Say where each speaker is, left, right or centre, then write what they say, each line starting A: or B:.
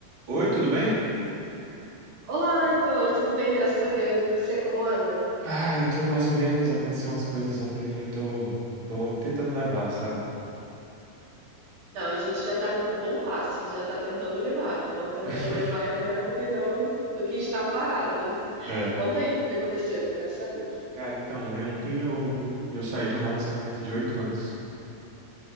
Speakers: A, on the right; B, on the right.
A: Oi, tudo bem?
B: Olá, Heitor, tudo bem? Graças a Deus. E você, como anda?
A: Ah, eu tô mais ou menos. Aconteceu umas coisas ontem e eu tô, tô tentando levar, sabe?
B: Então, a gente já está no bom passo, já está tentando levar. Então, tentando
A: <laughs>
B: levar é melhor do que não, do que estar parado.
A: É.
B: Conta aí o que que aconteceu, que eu quero saber.
A: Cara, então, eu- ontem eu, eu saí de um relacionamento de oito anos.